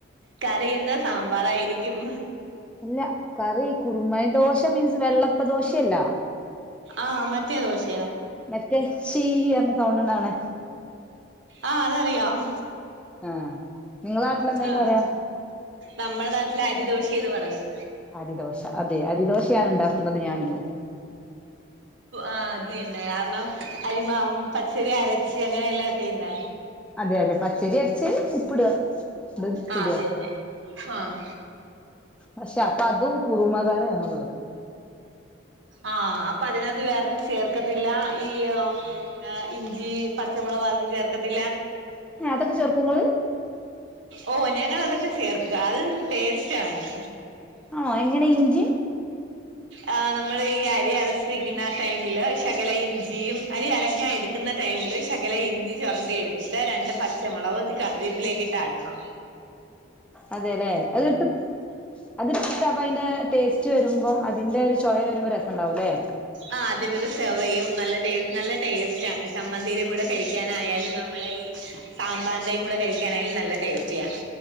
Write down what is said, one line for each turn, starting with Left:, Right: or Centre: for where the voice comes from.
Right: കറിയെന്താ സാമ്പാറായിരിക്കും
Centre: അല്ല കറി കുറുമ ദോശ മീൻസ് വെള്ളപ്പ ദോശയല്ല
Right: ആഹ മറ്റേ ദോഷ
Centre: മറ്റേ ച്ചി പറഞ്ഞ സൗണ്ട് ഇണ്ടവണ
Right: ആഹ അതറിയാം
Centre: ആഹ് നിങ്ങളെ നാട്ടിലെന്താ അയിന്
Right: ആഹ
Centre: പറയാ
Right: നമ്മള നാട്ട അല്ല അരിദോശന്ന് പറയും
Centre: അരിദോശ അതെ അരിദോശയാണ് ഉണ്ടാക്കുന്നത് ഞാനിന്ന്
Right: ആഹ അതിന്നെ കാരണം അരിമാവും പച്ചരി അരച്ച് അങ്ങനെയെല്ലെ ചെയ്യുന്നേ
Centre: അതെ അതെ പച്ചരി അരച്ച് ഉപ്പ്ട അത് ചുട
Right: ആഹ് തന്നെ ആഹ്
Centre: പക്ഷേ അതും കുറുമ കറി അതെ
Right: ആഹ അപ്പൊ അതിനകത്ത് വേറൊന്നും ചേർക്കത്തില്ല ഈ മ് ഇഞ്ചി പച്ചമുളക് ഓ അതും ചേർക്കത്തില്ല
Centre: അതൊക്കെ ചേർക്കോങ്ങള്
Right: ഓ ഞങ്ങളതൊക്കെ ചേർക്ക അതും ടേസ്റ്റ് ആണ്
Centre: ആ എങ്ങനെ ഇഞ്ചി
Right: ആ നമ്മള് ഈ അരി അരച്ചിരിക്കുന്ന ആ ടൈമില് ശകല ഇഞ്ചിയും അരി അരക്കാൻ എടുക്കുന്ന തേങ്ങയില് ശകല ഇഞ്ചി ചൊരണ്ടി എടുത്തിട്ട് രണ്ട് പച്ചമുളവ് കറിവേപ്പിലേക്കിട്ടാട്ടണം
Centre: അതെല്ലെ അത്ട്ട് അത്ട്ടിട്ട് അപ്പ അതിന്റെ ടേസ്റ്റ് വരുമ്പോ അതിന്റെ ഒരു ചോയ വരുമ്പോ രസം ഉണ്ടാവൂല്ലേ?
Right: ആ അതിന്റെ ഒരു ചെവയും നല്ലടെസ് നല്ല ടേസ്റ്റ് ആണ് ചമ്മന്തിയിന്റെ കൂടെ കഴിക്കാനായാലും നമ്മൾ ഈ സാമ്പാറിൻന്റെ കൂടെ കഴിക്കാനായാലും നല്ല ടെസ്റ്റിയാണ്